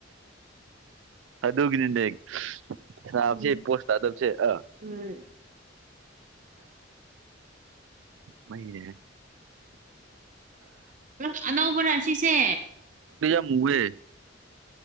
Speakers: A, on the right; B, on the right.
A: ꯑꯗꯨꯗꯒꯅꯤꯗ ꯍꯦꯒ ꯈꯕꯁꯤ
B: ꯎꯝ
A: ꯄꯣꯁ ꯇꯥꯗꯕꯁ ꯑ
B: ꯎꯝ
A: ꯃꯩꯅꯦꯦ
B: ꯅꯪ ꯑꯅꯧꯕ ꯔꯥ ꯁꯤꯁꯦ
A: ꯍꯦ